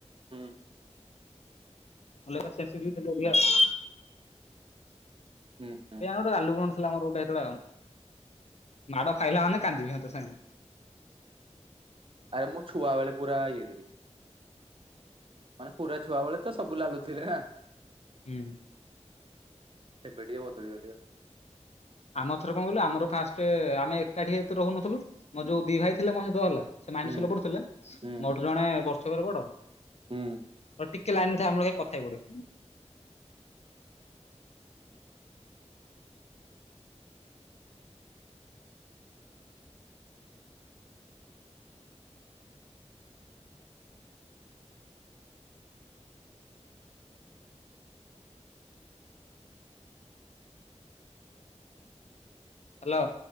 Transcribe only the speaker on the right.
ହୁଁ
ହୁଁ ହଁ।
ଆରେ ମୁଁ ଛୁଆ ବେଳେ ପୁରା ଇଏ ଥିଲି। ମାନେ ପୁରା ଛୁଆ ବେଳେ ତ ସବୁ ଲାଲୁଥିଲେ ହେଁ।
ଏବେ ଟିକେ ବଦଳି ଗଲି ଆଉ
ହୁଁ।
ହୁଁ
ହୁଁ